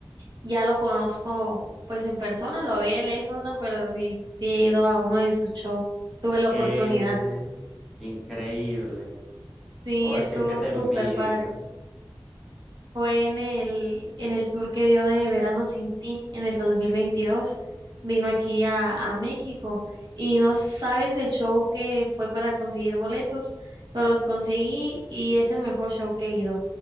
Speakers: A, on the right; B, in the centre.
A: Ya lo conozco pues en persona, lo vi de lejos, ¿no? Pero sí, sí he ido a uno de sus shows. Tuve la oportunidad.
B: eh, qué increíble.
A: Sí,
B: Puedo decir
A: estuvo
B: que te
A: súper
B: envidio.
A: padre. Fue en el, en el tour que dio de Verano sin ti en el dos mil veintidós Vino aquí a, a México y no sabes el show que fue para conseguir boletos, pero los conseguí y es el mejor show que he ido,